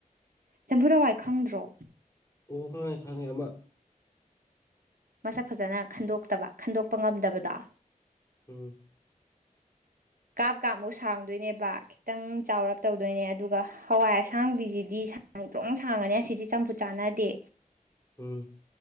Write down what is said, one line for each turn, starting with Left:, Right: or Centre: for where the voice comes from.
Right: ꯆꯝꯐꯨꯠ ꯍꯋꯥꯏ ꯈꯪꯗ꯭ꯔꯣ
Left: ꯑꯣ ꯈꯪꯉꯦ ꯈꯪꯉꯦ ꯑꯃ
Right: ꯃꯁꯛ ꯐꯖꯅ ꯈꯟꯗꯣꯛꯇꯕ ꯈꯟꯗꯣꯛꯄ ꯉꯝꯗꯕꯗꯣ
Left: ꯎꯝ
Right: ꯀꯥꯞ ꯀꯥꯞꯃꯨꯛ ꯁꯥꯡꯗꯨꯏꯅꯦꯕ ꯈꯤꯇꯪ ꯆꯥꯎꯔꯞ ꯇꯧꯗꯣꯏꯅꯦ ꯑꯗꯨꯒ ꯍꯋꯥꯏ ꯑꯁꯥꯡꯕꯤꯖꯤꯗꯤ ꯁꯥꯡꯇ꯭ꯔꯣꯡ ꯁꯥꯡꯉꯅꯤ ꯑꯁꯤꯗꯤ ꯆꯝꯐꯨꯠ ꯆꯥꯟꯅꯗꯦ
Left: ꯎꯝ